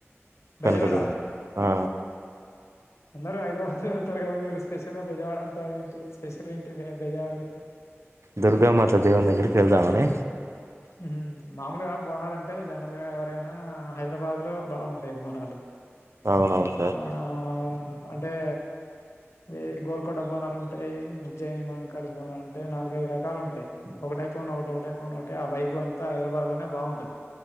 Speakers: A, on the left; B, on the right.
A: బెజవాడ
B: కనకదుర్గం ఆ
A: అందరు హైదరాబాద్ వెళ్తరు కదా మీరు స్పెషల్ గా బెజవాడ అంటారు ఏంటి స్పెషల్ ఏంటి బె బెజవాడలో
B: దుర్గామాతా దేవుని దగ్గరికెళ్దామని
A: ఉహు మామూలుగా బోనాలంటే జనరల్గా ఎవరైనా హైదరాబాద్ లో బాగుంటయి బోనాలు
B: అవునవును సార్
A: ఆ ఆ అంటే ఏ గోల్కొండ బోనాలు ఉంటాయి, ఉజ్యయని మహంకాలీ బోనాలు ఉంటాయి, నాలుగైదు రకాలు ఉంటాయి. ఒకటైపోను ఒకటి ఒకటైపోను ఒకటి ఆ వెబ్ అంతా హైదరాబాద్ లోనే బాగుంటది